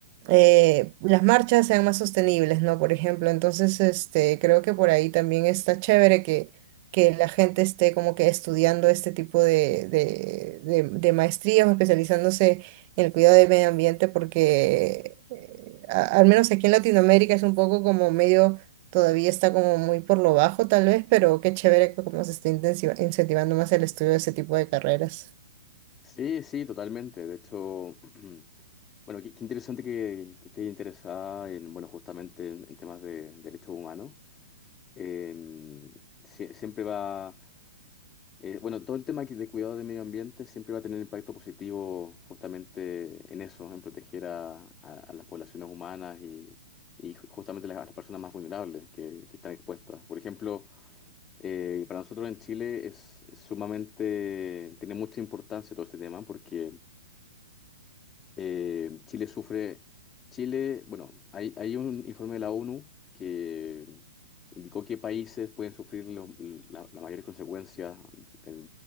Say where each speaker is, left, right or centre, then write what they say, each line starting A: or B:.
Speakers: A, on the right; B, on the left.
A: eh, las marchas sean más sostenibles, ¿no? Por ejemplo, entonces, este, creo que por ahí también está chévere que, que la gente esté como que estudiando este tipo de, de, de, de maestrías o especializándose el cuidado del medio ambiente porque eh, a- al menos aquí en Latinoamérica es un poco como medio, todavía está como muy por lo bajo tal vez, pero qué chévere que como se está intensiva- incentivando más el estudio de ese tipo de carreras.
B: sí, sí, totalmente. De hecho, <clears throat> bueno, qué, qué interesante que, que estés interesada en, bueno, justamente en, en temas de derechos humanos. Eh, sie- siempre va... Eh, bueno, todo el tema que- de cuidado del medio ambiente siempre va a tener impacto positivo justamente en eso, en proteger a, a- a las poblaciones humanas y, y justamente las- a las personas más vulnerables que, que están expuestas. Por ejemplo, eh, para nosotros en Chile es es sumamente, tiene mucha importancia todo este tema porque... Eh, Chile sufre, Chile, bueno, hay, hay un informe de la ONU que indicó que países pueden sufrir lo- la- las mayores consecuencias eh,